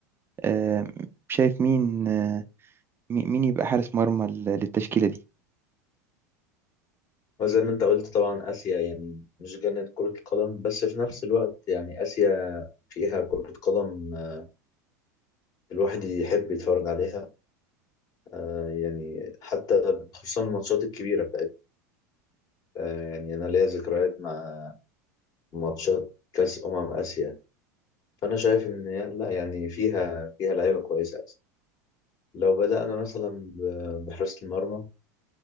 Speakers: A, on the right; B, on the left.
A: آه، شايف مين آه، مي- مين يبقى حارس مرمى لل- للتشكيلة دي؟
B: وزي ما انت قلت طبعا آسيا يعني مش جنة كرة القدم بس في نفس الوقت يعني آسيا فيها كرة قدم آه، الواحد يحب يتفرج عليها آه، يعني حتى خصوصا الماتشات الكبيرة بتاعت آه، يعني أنا ليا ذكريات مع ماتشات كأس أمم آسيا فأنا شايف إن يا- لا يعني فيها فيها لعيبة كويسة آسيا لو بدأنا مثلا ب- بحراسة المرمى